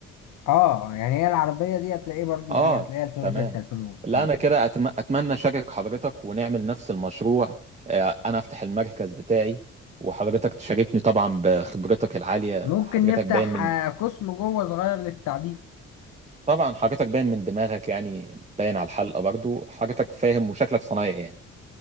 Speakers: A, on the left; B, on the right.
A: اه يعني هي العربية دي هتلاقيه برضو
B: اه
A: ايه هتلاقيه 2006
B: تمام
A: 2005
B: لا انا كده
A: يعني.
B: أتم... اتمنى اشارك حضرتك ونعمل نفس المشروع آه، انا افتح المركز بتاعي وحضرتك تشاركني طبعا بخبرتك العالية
A: ممكن
B: حضرتك
A: نفتح
B: باين من
A: آه، قسم جوه صغير للتعديل
B: طبعا حضرتك باين من دماغك يعني باين على الحلقة برضو حضرتك فاهم وشكلك صنايعي يعني